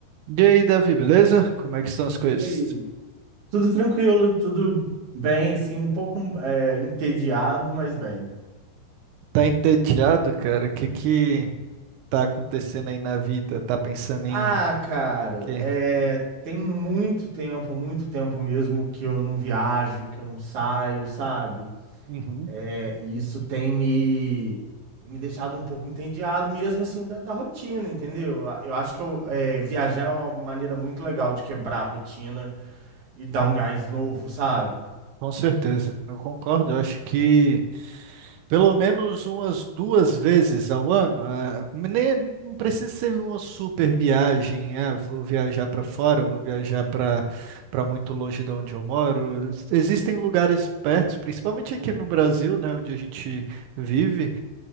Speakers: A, on the right (about 80°); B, on the right (about 55°).
A: E aí, Davi, beleza? Como é que estão as coisas?
B: Ei, Tudo tranquilo, tudo bem, assim, um pouco é, entediado, mas bem.
A: Tá entediado, cara? O que que tá acontecendo aí na vida? Tá pensando em
B: Ah, cara,
A: quê?
B: é, tem muito tempo, muito tempo mesmo que eu não viajo, que eu não saio, sabe?
A: Uhum,
B: É, e isso tem me, me deixado um pouco entediado mesmo, assim, da, da rotina, entendeu? Eu acho que eu, é, viajar é uma maneira muito legal de quebrar a rotina e dar um gás novo, sabe?
A: com certeza, eu concordo. Eu acho que pelo menos umas duas vezes ao ano, ah, nem- não precisa ser uma super viagem. Ah, vou viajar para fora, vou viajar para para muito longe de onde eu moro. Existem lugares perto, principalmente aqui no Brasil, né, onde a gente vive